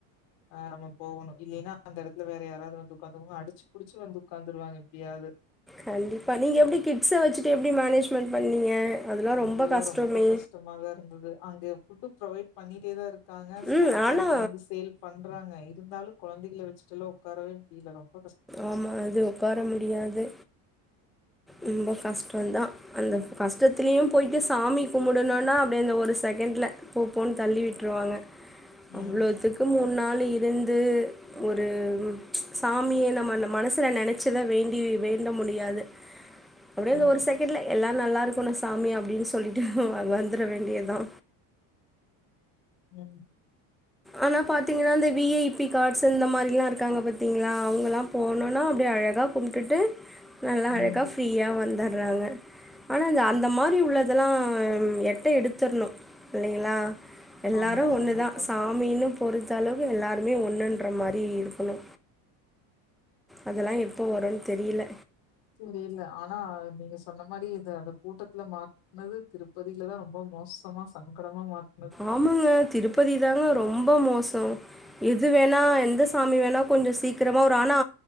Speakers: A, on the left; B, in the centre.
A: ஆ நம்ம போகணு இல்லைன்னா அந்த எடத்துல வேற யாராது வந்து உக்காந்துருவாங்க அடிச்சு புடிச்சு வந்து உக்காந்துருவாங்க எப்டியாவது
B: கண்டிப்பா நீங்க எப்டி கிட்ஸ வச்சுட்டு எப்டி மேனேஜ்மெண்ட் பண்ணீங்க அதெல்லா
A: ஐயோ
B: ரொம்ப கஷ்டமே
A: ரொம்ப கஷ்டமாதாருந்தது அங்க ஃபுட்டு் ப்ரொவைட் பண்ணிட்டே தாருக்காங்க ஸ்நாக்
B: ம்
A: செல்லா
B: ஆனா
A: கொண்டு வந்து சேல் பண்றாங்க இருந்தாலு கொழந்தைகள வச்சுட்டுல்லா உக்காரவே முடில எனக்கு
B: ஆமா அது உக்கார முடியாது ரொம்ப கஷ்டோந்தா அந்த கஷ்டத்துலயு போய்ட்டு சாமி கும்பிடணுனா அப்டியே அந்த ஒரு செகண்ட்ல போப்போன்னு தள்ளி வுட்ருவாங்க
A: ம்
B: அவ்ளோத்துக்கு மூணு நாள் இருந்து ஒரு சாமிய நம்ம மனசுல நெனைச்சுதா வேண்டி வேண்ட முடியாது அப்டியேந்த
A: ம்
B: ஒரு செகண்ட்ல எல்லா நல்லாருக்கணு சாமி அப்டின்னு சொல்லிட்டு வந்துட வேண்டியதுதா
A: ம்
B: ஆனா பாத்தீங்கன்னா இந்த வி ஐ பி கார்ட்ஸ் இந்த மாதிரிலாருக்காங்க பாத்தீங்களா அவுங்கள்லா போணுன்னா அப்டி அழகாக கும்பிட்டுட்டு நல்லா
A: ம்
B: அழகாக ஃப்ரீயா வந்துட்றாங்க ஆனா இந்த அந்த மாதிரி உள்ளதெல்லா எட்ட எடுத்துரணு இல்லைங்களா எல்லாரு
A: ஆமா
B: ஒன்னுதா
A: கண்டிப்பா
B: சாமின்னு
A: கண்டிப்பா
B: பொறுத்த அளவு எல்லாருமே ஒன்னுன்ற மாரி இருக்கணு அதெல்லா எப்போ வருன்னு தெரியல
A: தெரியல ஆனா நீங்க சொன்ன மாரி இது அந்த கூட்டத்துல மாட் னது திருப்பதிலதா ரொம்ப மோசமா சங்கறமா மாட்
B: ஆமாங்க திருப்பதி தாங்க ரொம்ப மோசோ எது வேணா எந்த சாமி வேணா கொஞ்சோ சீக்கிரமா வரு ஆனா